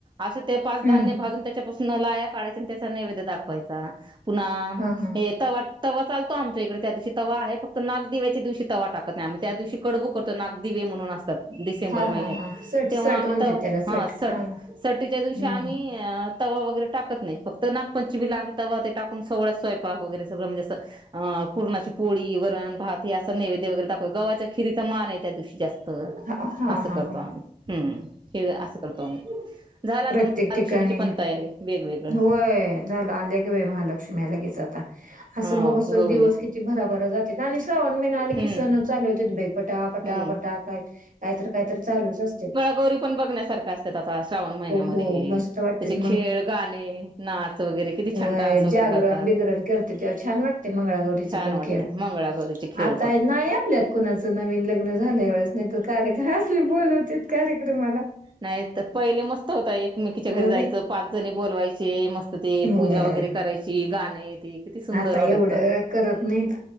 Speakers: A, on the right (about 35°); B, on the right (about 70°).
A: असं ते पाच
B: हम्म
A: धान्य भाजून त्याच्यापासून लाया काढय आणि त्याचा नैवेद्य दाखवायचा. पुन्हा
B: हा हा
A: तवा तवा चालतो आमच्या इकडे त्या दिवशी तवा आहे. फक्त नाग दिव्याच्या दिवशी तवा टाकत नाही आम त्या दिवशी कडबू करतो नाग दिवे म्हणून असतो. डिसेंबर
B: हा
A: महिन्यात
B: हा हा सट
A: तेव्हा
B: सट
A: आम्ही
B: म्हणते
A: <unintelligible>
B: त्याला सट हा हम्म
A: तवा वगैरे टाकत नाही. फक्त नागपंचमीलाआम्ही तवा ते टाकून स- स्वयपाक वगैर सगळं म्हणजे असं- आ. पुरणाची पोळी, वरण, भात हे असं नैवेद्य वगैरे दाखवतो. गव्हाच्या खिरीचा मान आहे त्या दिवशी जास्त.
B: हा हा
A: अस
B: हा
A: करतो
B: हा
A: आम्ही. हं. असं करतो आम्ही. झाल आता
B: प्रत्येक
A: म महालक्ष्मीची
B: ठिकाणी
A: पण तयारी. वेगवेगळं-
B: होय झालं आल्या कि बाई महालक्ष्म्या लगेच आता. असं
A: हो
B: बघा
A: गौरी
B: दिवस किती भराभरा जात्यात. श्रावण महिना
A: हम्म
B: आला की सण चालू होतात बाई. पटा पटा
A: हम्म
B: पटा काय काहीत काहीतरी चालूच असत्यात.
A: गौरी पण बघण्यासारखं अस- आता श्रावण महिन्यामध्ये,
B: हो मस्त वाटतेत
A: त्याचे खेळ गाणे नाच वगैरे- किती
B: व्हय.
A: छान डान्स वगैरे
B: जागरण
A: करतात
B: बिगरण करते तेव्हा छान वाटते मंगळागौरीच
A: छान
B: पण
A: वाटतं
B: खेळ.
A: मंगळागौरीचे खेळ
B: आता
A: पण
B: आहे नाही आपल्यात. कुणाचं नवीन लग्न झाल्या वेळेस नाही तर कार्यक्रम असच बोलवतेत कार्यक्रमाला.
A: नाहीत पहिले मस्त होत. एकमेकीच्या
B: होय
A: घरी जायचं
B: बाई
A: पाच जणी बोलवायचे मस्त- तर ते
B: होय
A: पूजा वगैरे करायची. गाणे- ते किती सुंदर
B: आता
A: वाटत
B: एवढं
A: होता
B: करत नाहीत.